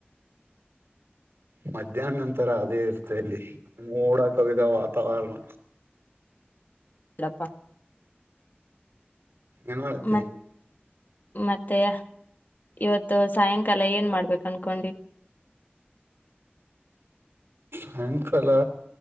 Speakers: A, on the right (about 80°); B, on the left (about 50°).
A: ಮಧ್ಯಾಹ್ನ ನಂತರ ಅದೇ ಇರ್ತ ಅಲ್ಲಿ ಮೋಡ ಕವಿದ ವಾತಾವರಣ
B: ಎಲ್ಲಪ್ಪ
A: ಏನ್ ಮಾಡತಿ
B: ಮ ಮತ್ತೆ ಇವತ್ತು ಸಾಯಂಕಾಲ ಎಲ್ಲ ಏನ್ ಮಾಡ್ಬೇಕು ಅನ್ಕೊಂಡಿ
A: ಸಾಯಂಕಾಲ